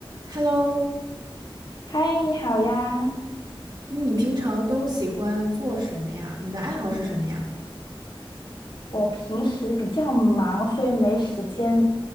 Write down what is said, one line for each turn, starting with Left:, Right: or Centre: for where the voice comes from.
Right: Hello，
Left: 嗨，你好呀！
Right: 嗯你平常都喜欢做什么呀？你的爱好是什么呀？
Left: 我平时比较忙，所以没时间，